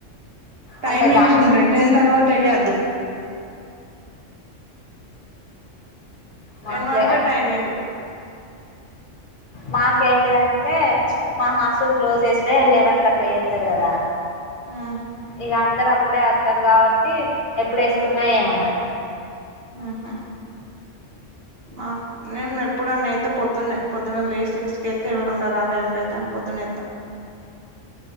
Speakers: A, on the right; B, on the left.
A: టైమింగ్స్
B: అంటే దాని
A: ఉంటాయి టెన్ తర్వాత ఎయ్యొద్దు టెన్
B: మాకులే
A: వరకే టైమింగ్
B: మాకేంటిదంటే మా హాస్టల్ క్లోజ్ చేస్తే లెవెన్కి అట్ల ఎత్తరు కదా
A: ఉమ్
B: ఇగ అందరు అప్పుడే వత్తారు కాబట్టి ఎప్పుడు ఏసుకున్నా ఏమనరు
A: ఆహా మా నేను ఎప్పుడు అని అయితే పొద్దున్నె పొద్దున్న లే సిక్స్ కయితే ఎవరు ఉండరు ఆ టైమ్ కయితే అని పొద్దు పొద్దునేత్త